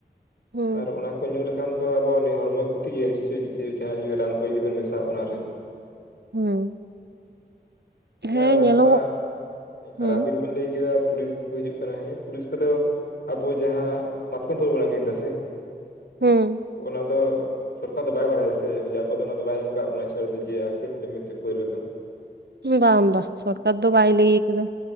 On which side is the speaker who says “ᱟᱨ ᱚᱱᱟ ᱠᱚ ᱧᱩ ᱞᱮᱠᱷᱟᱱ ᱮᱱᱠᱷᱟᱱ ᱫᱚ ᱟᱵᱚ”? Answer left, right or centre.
Left